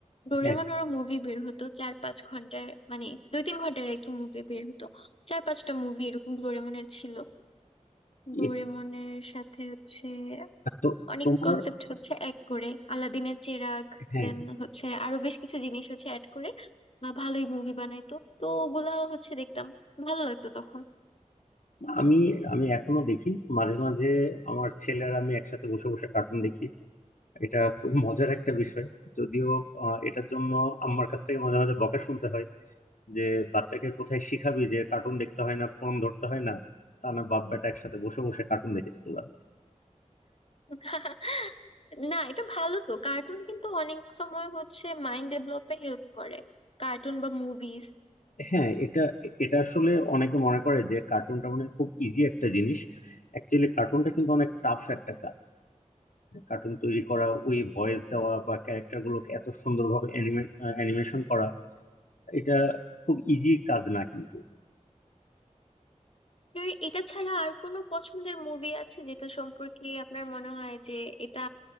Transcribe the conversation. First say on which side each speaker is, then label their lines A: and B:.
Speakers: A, on the left; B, on the left.
A: ডোরেমন
B: হ্যাঁ
A: ওর মুভি বের হতো চার পাঁচ ঘন্টার মানে দুই তিন ঘন্টার আর কি মুভি বের হতো চার পাঁচটা মুভি এরকম ডোরেমনের ছিল ডোরেমনের
B: এ-
A: সাথে হচ্ছে
B: তো
A: অনেক
B: তোমার
A: কনসেপ্ট হচ্ছে এক করে আলাদিনের চেরাগ
B: হ্যাঁ
A: দেন হচ্ছে আরো বেশ কিছু জিনিস হচ্ছে অ্যাড করে বা ভালোই মুভি বানাইতো তো ওগুলা হচ্ছে দেখতাম ভালো লাগতো তখন
B: আমি আমি এখনো দেখি মাঝে মাঝে আমার ছেলে আর আমি একসাথে বসে বসে কার্টুন দেখি এটা খুব মজার একটা বিষয় যদিও আহ, এটার জন্য আমার কাছ থেকে মাঝে মাঝে বকা শুনতে হয় যে বাচ্চাকে কোথায় শিখাবি যে কার্টুন দেখতে হয় না ফোন ধরতে হয় না তা না বাপ বেটা একসাথে বসে বসে কার্টুন দেখিস তোরা
A: <laughs> না এটা ভালো তো কার্টুন কিন্তু অনেক সময় হচ্ছে মাইন্ড ডেভেলপে হেল্প করে কার্টুন বা মুভিজ
B: হ্যাঁ এটা এটা আসলে অনেকে মনে করে যে কার্টুনটা মানে খুব ইজি একটা জিনিস অ্যাকচুয়ালি কার্টুনটা কিন্তু অনেক টাফ একটা কাজ কার্টুন তৈরি করা ওই ভয়েস দেওয়া বা ক্যারেক্টার গুলোকে এত সুন্দরভাবে অ্যানিমেশন করা এটা খুব ইজি কাজ না কিন্তু
A: আপনার এটা ছাড়া আর কোনো পছন্দের মুভি আছে যেটা সম্পর্কে আপনার মনে হয় যে এটা